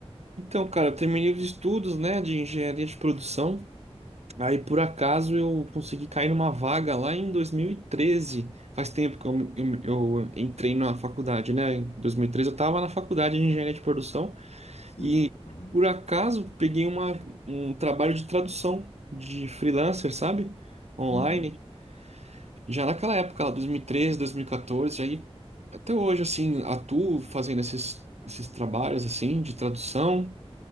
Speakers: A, on the right (about 80°); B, on the left (about 75°).
A: então, cara, eu terminei os estudos, né, de engenharia de produção. Aí, por acaso, eu consegui cair numa vaga lá em 2013. Faz tempo que eu, eu, eu entrei na faculdade, né? Em 2013 eu estava na faculdade de engenharia de produção
B: Sei.
A: e,
B: Aham.
A: por acaso, peguei uma, um trabalho de tradução de freelancer, sabe? Online.
B: Uhum.
A: Já naquela época, lá, 2013, 2014. Aí, até hoje, assim, atuo fazendo esses, esses trabalhos, assim, de tradução.